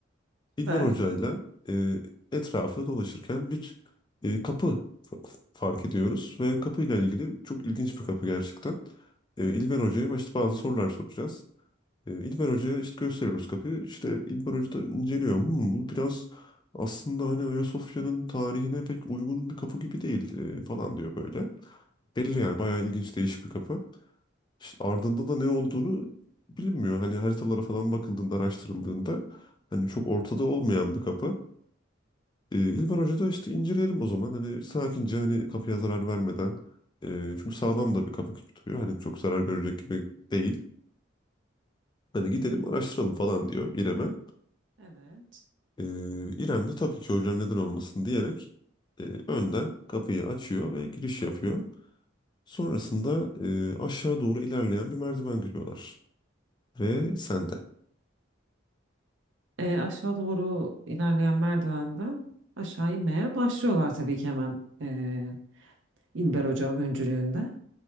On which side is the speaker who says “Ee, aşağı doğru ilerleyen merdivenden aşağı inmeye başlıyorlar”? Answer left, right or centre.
Right